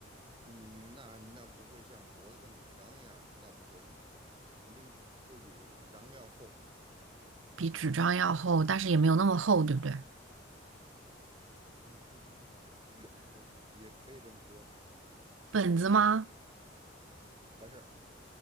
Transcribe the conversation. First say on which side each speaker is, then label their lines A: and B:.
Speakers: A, on the right (about 25°); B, on the right (about 80°).
A: 嗯，那那不会像脖子像纸张一样的，那不会，肯定不会比纸张要厚。
B: 比纸张要厚，但是也没有那么厚，对不对？
A: <laughs> 也可以这么说，
B: 本子吗？
A: 不是，